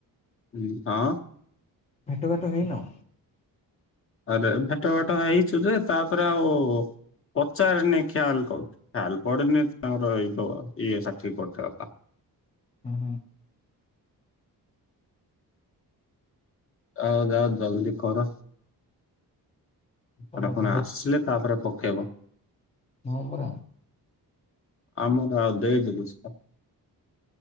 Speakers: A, on the left (about 35°); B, on the left (about 20°).
A: ଉଁ ହଁ।
B: ଭେଟ ଭାଟ ହେଇନ?
A: ଆରେ ଭେଟ ଫାଟ ହେଇଛୁ ଯେ ତାପରେ ଆଉ ପଚାରନି ଖ୍ୟାଲ କ ଖ୍ୟାଲ ପଡନି ତାଙ୍କରଇ ଇଏଠିକ ସାର୍ଟିଫିକେଟ କା। <inaudible>
B: ହୁଁ ହୁଁ
A: ଆଉ ଯ ଆଉ ଜଲଦି କର।
B: ତମେ
A: ସେଟା ପୁଣି
B: ତ
A: ଆସିଲେ ତାପରେ ପକେଇବ।
B: ନମ୍ବରା?
A: ଆମକୁ ଆଉ ଦେଇଚି କିସ?